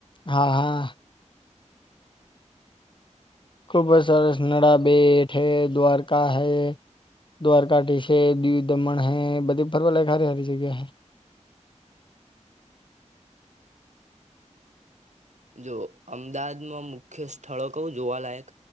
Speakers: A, on the left; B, on the right.
A: હા, હા. ખૂબ સરસ, નડા બેેટ હૈ દ્વારકા હૈ. દ્વારકાઠી છે, દીવ દમણ હૈ, બધી ફર્વા લાયક હારી હારી જગ્યા હૈ.
B: જો અમદાવાદમાં મુખ્ય સ્થળો કવું જોવાલાયક